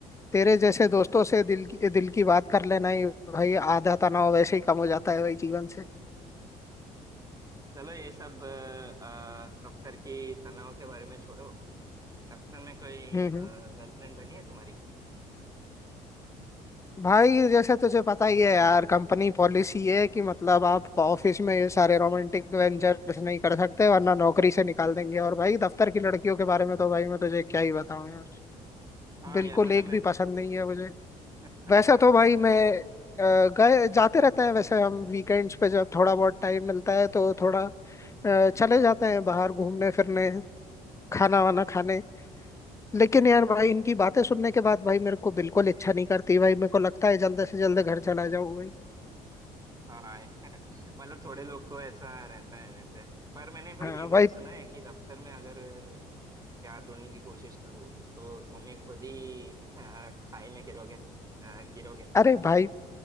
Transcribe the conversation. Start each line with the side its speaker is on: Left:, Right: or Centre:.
Left: तेरे जैसे दोस्तों से दिल की दिल की बात कर लेना ही भाई आधा तनाव वैसे ही कम हो जाता है भाई जीवन से
Right: चलो ये सब अ, अ, दफ्तर की तनाव के बारे में छोड़ो दफ्तर में कोई
Left: हम्म हम्म
Right: गर्लफ्रेंड बनी है तुम्हारी
Left: भाई जैसे तुझे पता ही है यार कंपनी पॉलिसी है कि मतलब आप ऑफिस में ये सारे रोमांटिक वेंचर्स नहीं कर सकते वरना नौकरी से निकाल देंगे और भाई दफ्तर की लड़कियों के बारे में तो भाई मैं तुझे क्या ही बताऊं यार
Right: हाँ
Left: बिल्कुल
Right: यार मतलब
Left: एक
Right: मैं
Left: भी पसंद नहीं है मुझे
Right: <laughs> अच्छा
Left: वैसे तो भाई मैं अ, गए जाते रहते हैं वैसे हम वीकेंड्स पे जब थोड़ा बहुत टाइम मिलता है तो थोड़ा अ, चले जाते हैं बाहर घूमने फिरने खाना वाना
Right: हाँ
Left: खाने लेकिन यार भाई इनकी बातें सुनने के बाद भाई मेरे को बिल्कुल इच्छा नहीं करती भाई मेरे को लगता है जल्दी से जल्दी घर चला जाऊं भाई
Right: हाँ <laughs> मतलब थोड़े लोग को ऐसा रहता है वैसे पर मैंने भाई
Left: हाँ
Right: ये भी
Left: भाई
Right: तो सुना है कि दफ्तर में अगर प्यार ढूंढने की कोशिश करो तो तुम ही खुद ही खा- खाई में गिरोगे अ, गिरोगे
Left: अरे भाई